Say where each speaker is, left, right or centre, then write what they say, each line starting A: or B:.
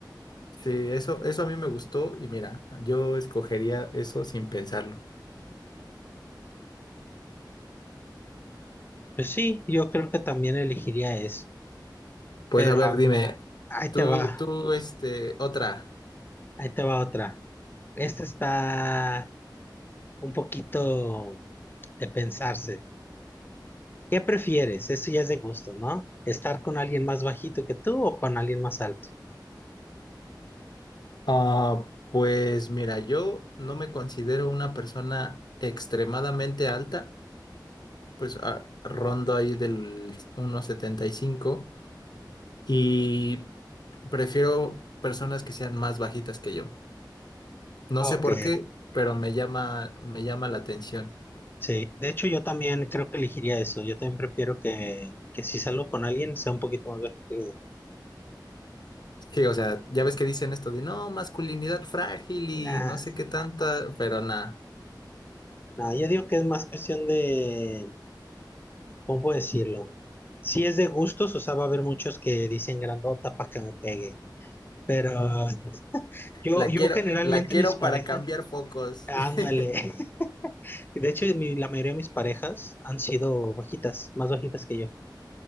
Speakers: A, on the left; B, on the left.
A: Sí, eso, eso a mí me gustó y mira, yo escogería eso sin pensarlo.
B: Pues sí, yo creo que también elegiría eso.
A: Pues
B: Pero
A: a ver,
B: a-
A: dime,
B: ahí te
A: tú,
B: va,
A: tú, este, otra.
B: ahí te va otra. Esta está un poquito de pensarse. ¿Qué prefieres? Eso ya es de gusto, ¿no? ¿Estar con alguien más bajito que tú o con alguien más alto?
A: Ah, pues mira, yo no me considero una persona extremadamente alta, pues ah, rondo ahí del uno setenta y cinco y prefiero personas que sean más bajitas que yo. No
B: Ok,
A: sé por qué, pero me llama, me llama la atención.
B: sí. De hecho, yo también creo que elegiría eso. Yo también prefiero que, que si salgo con alguien sea un poquito más alto que yo.
A: Sí, o sea, ya ves que dicen esto de no, masculinidad frágil y
B: Nah,
A: no sé qué tanta, pero nada.
B: No, yo digo que es más cuestión de, ¿cómo puedo decirlo? Si es de gustos, o sea, va a haber muchos que dicen grandota para que me pegue. Pero yo,
A: La
B: yo
A: quiero,
B: generalmente
A: la quiero
B: mis parejas,
A: para cambiar focos.
B: ándale.
A: <laughs>
B: <laughs> De hecho, mi- la mayoría de mis parejas han sido bajitas, más bajitas que yo.